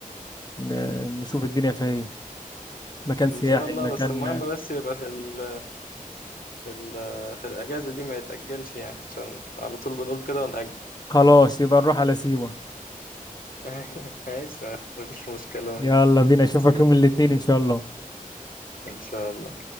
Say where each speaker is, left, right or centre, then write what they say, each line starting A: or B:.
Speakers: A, on the left (about 25°); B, on the left (about 75°).
A: ن... نشوف الدنيا فيها ايه مكان سياحي
B: ان شاء الله
A: مكان
B: بس المهم بس يبقى في ال في ال في الاجازه دي ما يتاجلش يعني عشان على طول بنقول كده ونأجل
A: خلاص يبقى نروح على سيوة
B: <laughs> ماشي مفيش مشكله ماشي
A: يلا بينا
B: بس
A: اشوفك
B: يلا.
A: يوم الاثنين ان شاء الله
B: ان شاء الله